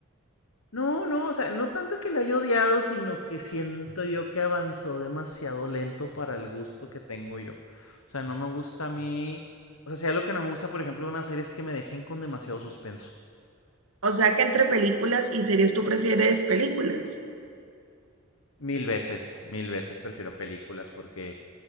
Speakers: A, on the left (about 80°); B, on the right (about 85°).
A: No, no, o sea, no tanto que la haya odiado, sino que siento yo que avanzó demasiado lento para el gusto que tengo yo. O sea, no me gusta a mí. O sea, si algo que no me gusta, por ejemplo, de una serie es que me dejen con demasiado suspenso.
B: O sea que entre películas y series tú prefieres películas.
A: Mil veces, mil veces prefiero películas porque,